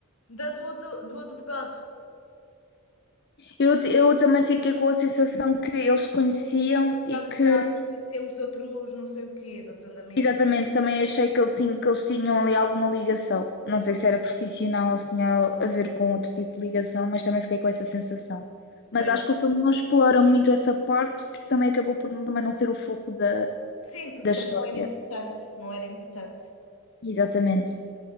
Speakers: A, on the left; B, on the left.
A: da, do, do, do advogado.
B: Eu, eu também fiquei com a sensação que eles se conheciam e
A: Ela
B: que
A: disse, já nos conhecemos de outros não sei o quê, de outros andamentos.
B: Exatamente, também achei que, ele tinha- que eles tinham ali alguma ligação. Não sei se era profissional ou se tinha a ver com outro tipo de ligação, mas também fiquei com essa sensação. Mas
A: Pois.
B: acho que o filme não explora muito essa parte, porque também acabou por não- também não ser o foco da,
A: Sim, porque
B: da
A: também
B: história.
A: não era importante, não era importante.
B: Exatamente.